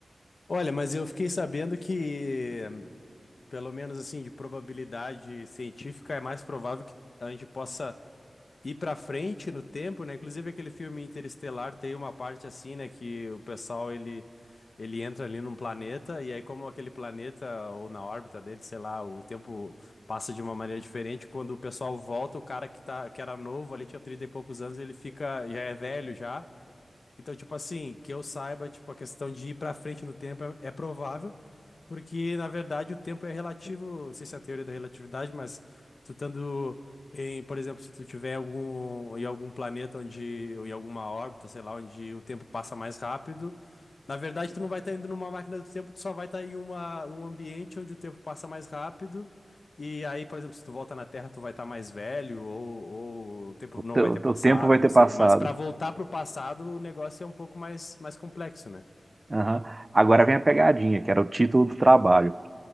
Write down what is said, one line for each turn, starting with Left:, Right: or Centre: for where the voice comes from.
Left: Olha, mas eu fiquei sabendo que, pelo menos assim, de probabilidade científica, é mais provável que a gente possa ir pra frente no tempo, né? Inclusive aquele filme Interestelar tem uma parte assim, né, que o pessoal ele ele entra ali num planeta e aí como aquele planeta ou na órbita dele, sei lá, o tempo passa de uma maneira diferente, quando o pessoal volta, o cara que tá que era novo ali tinha 30 e poucos anos, ele fica já é velho já. Então, tipo assim, que eu saiba, tipo a questão de ir pra frente no tempo é, é provável. Porque, na verdade, o tempo é relativo, não sei se é a teoria da relatividade, mas tu estando em, por exemplo, se tu tiver algum, em algum planeta onde, ou em alguma órbita, sei lá, onde o tempo passa mais rápido, na verdade, tu não vai estar indo numa máquina do tempo, tu só vai estar em uma, um ambiente onde o tempo passa mais rápido. E aí, por exemplo, se tu volta na Terra, tu vai estar mais velho, ou, ou o tempo
Right: O, te-
Left: não vai
Right: o
Left: ter passado,
Right: tempo vai ter
Left: não
Right: passado.
Left: sei. Mas para voltar pro passado, o negócio é um pouco mais, mais complexo, né?
Right: Aham. Agora vem a pegadinha, que era o título do trabalho.